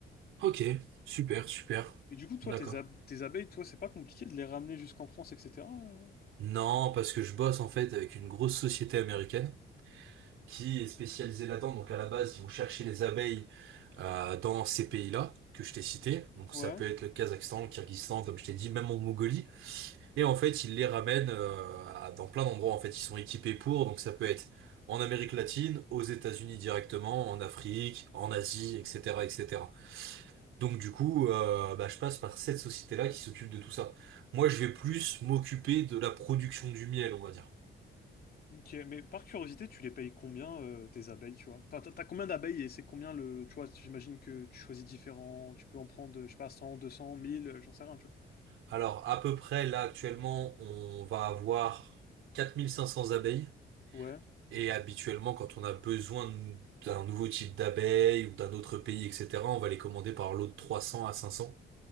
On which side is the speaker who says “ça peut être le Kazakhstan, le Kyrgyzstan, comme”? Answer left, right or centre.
Right